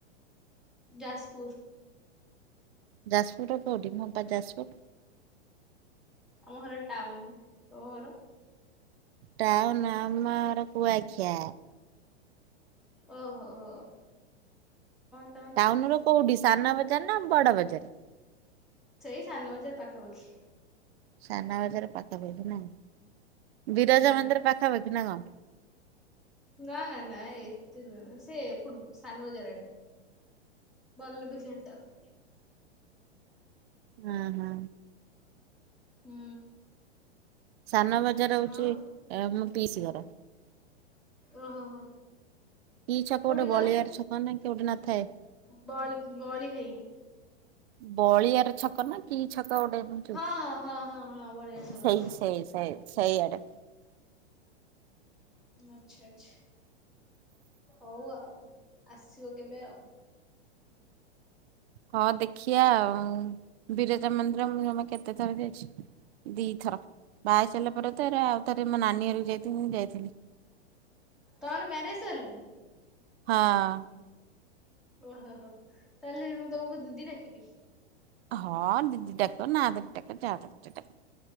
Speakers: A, in the centre; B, on the right.
A: ଯାଜପୁରୁ।
B: ଯାଜପୁର ର କଉଠି? ମୋ ପା ଯାଜପୁର।
A: ଆମ ଘର ଟାଉନ। ତମ ଘର?
B: ଟାଉନୁ ଆମ ଘର କୁଆଖିଆ।
A: ଓହୋ ହୋ ତମ
B: ଟାଉନ ର କୋଉଠି ସାନା ବଜାର ନା ବଡ ବଜାର।
A: ସେଇ ସାନ ବଜାର ପାଖାପାଖି।
B: ସାନ ବାଜାର ପାଖାପଖି ନା ବିରାଜା
A: ହୁଁ
B: ମନ୍ଦିର ପାଖାପାଖି ନା କ'ଣ?
A: ନା ନା ନା ଏତ ସେ ସାନବଜାର ଆଡ଼େ। ବଲରେ ବି ଖେଳିଟେ ଆଉ।
B: ଓହୋ
A: ହୁଁ।
B: ସାନ ବଜାର ହଉଛି
A: ଆଉ
B: ମୁଁ ପିଇସି ଘର।
A: ଓହୋ ହୋ।
B: କି ଛକ ଗୋଟେ
A: କୋଉଠି
B: ବଳିଆର ଛକ ନା କି ଗୋଟେ ନଥାଏ।
A: ବଳ ବଳିଘାଇ।
B: ବଳିଆର ଛକ ନା କି ଛକ ଗୋଟେ।
A: ହଁ ହଁ ହଁ ହଁ ହଁ ବଳିଆ ସର
B: ସେଇ ସେଇ ସେ ସେଇ ଆଡ଼େ।
A: ଆଚ୍ଛା ଆଚ୍ଛା। ହଉ ଆଉ। ଆସିବ କେବେ ଆଉ।
B: ହଁ ଦେଖିଆ ଆଉ। ବିରଜା ମନ୍ଦିର ମୁଁ ଜମା କେତେ ଥର ଯାଇଛି ଦି ଥର। ବାହା ସାରିଲା ପରେ ତରେ ଆଉ ଥରେ ମୋ ନାନୀରକୁ ଯାଇଥିଲି ମୁଁ ଯାଇଥିଲି।
A: ତମର ମ୍ୟାରେଜ ସାରିଲାଣି?
B: ହଁ।
A: ଓହୋ ହୋ ତାହେଲେ ମୁଁ ତମକୁ ଦିଦି ଡାକିବି।
B: ହଁ ଦିଦି ଡାକ ନାଁ ଦରି ଡାକ ଯାହା ଡାକୁଚ ଡାକ।